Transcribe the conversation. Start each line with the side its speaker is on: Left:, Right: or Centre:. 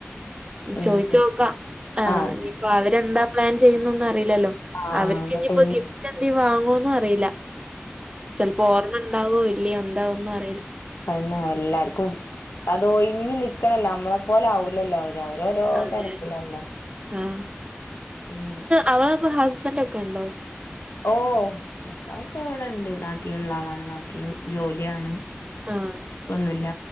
Right: -
Left: ഉം
Right: ചോദിച്ച് നോക്കാം ആ
Left: ആഹ്
Right: ഇനിപ്പോ അവരെന്താ പ്ലാൻ ചെയ്യുന്നൊന്നും അറിയില്ലല്ലോ.
Left: ആഹ്
Right: അവർക്ക്‌
Left: ആഹ് എന്നിട്ട്
Right: ഇനിയിപ്പോ
Left: ഇനി
Right: ഗിഫ്- റ്റ് എന്തി വാങ്ങോന്നും അറിയില്ല ചെലപ്പോ ഓർമ്മ ഉണ്ടാവോ ഇല്ലോ എന്താ ഒന്നും അറിയില്ല
Left: അത് ന്നെ എല്ലാർക്കും അത് ഒഴിഞ്ഞി നിക്കണല്ലോ നമ്മളെ പോലെ ആവൂലല്ലോ അവര് അവരോ - ഓരോ
Right: അതെ
Left: തെരക്കിലല്ലേ
Right: ആഹ്
Left: ഉം
Right: അവള് ഇപ്പോ ഹസ്ബൻറ് ഒക്കെ ഉണ്ടോ
Left: ഓഹ് ഭർത്താവൊക്കെ ഇവിടെ ഒണ്ട് നാട്ടിലുള്ള ആളാണ് നാട്ടില് ജോലിയാണ്
Right: ആഹ്
Left: ഒന്നുമില്ല